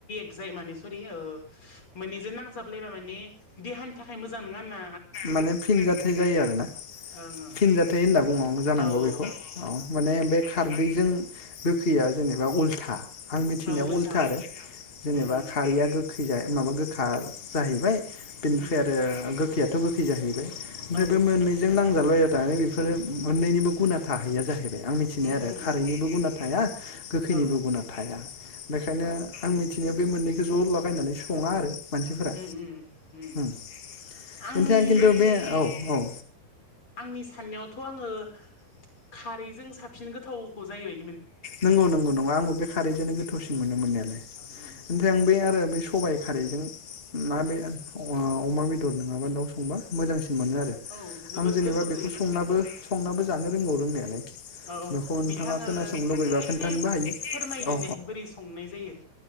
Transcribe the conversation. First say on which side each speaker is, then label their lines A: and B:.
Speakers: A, on the left; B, on the left.
A: जाय माने सरि ओ माने जे नांजाबलायबा माने देहानि थाखाय मोजां नङा ना
B: माने फिनजाथाय जायो आरो ना
A: आरोना ओं
B: फिनजाथ होनना बुङो जानांगौ
A: औ औ
B: बेखौ औ माने बे खारदैजों गोखैया जेनेबा उल्था आं मिथिनायाव
A: औ
B: उल्था
A: औ
B: आरो जेनेबा
A: उम
B: खारैया गोख गोखैजाया माबा गोखा जाहैबाय बिनिफ्राय
A: उम उम
B: आरो गोखैयाथ गोखै जाहैबाय ओमफ्राय
A: औ
B: बे मोननैजों नांजाब लायबाथाय बेफोरो मोननैनिबो गुना थाहैया जाहैबाय आं मिथिनाय
A: उम
B: आरो खारैनिबो
A: उम औ
B: गुना थाया गोखैनिबो
A: औ उम
B: गुना थाया बेखायनो आं थिनोनो बे मोननैखौ ज‌ लागायनानै सङा आरो मानसिफोरा
A: उम उम
B: ओम
A: आंनि
B: ओंख्रिया खिन्थु बे औ औ
A: आंनि साननायावथ आङो खारैजों साबसिन गोथावखौ जायोबाय
B: नोंगौ नोंगौ नङा आंबो बे खारैजोंनो गोथावसिन मोनो मोननायालाय
A: ओं उम
B: ओमफ्राय आं बे आरो बे सबाइ खारैजों ना बे ओ अमा बेदर नङाबा दाउ संबा मोजांसिन मोनो आरो
A: औ जोबोद
B: आं जेनेबा
A: गोथाव जायो
B: बेखौ संनाबो संनाबो जानो रोंगौ रोंनायालाय
A: औ औ
B: बेखौ नोंथाङा
A: बिथाङो
B: खोनासंनो लुुबैबा खोन्थानोबो
A: एसे
B: हायो
A: फोरमायदो
B: औ
A: दे बोरै संनाय जायो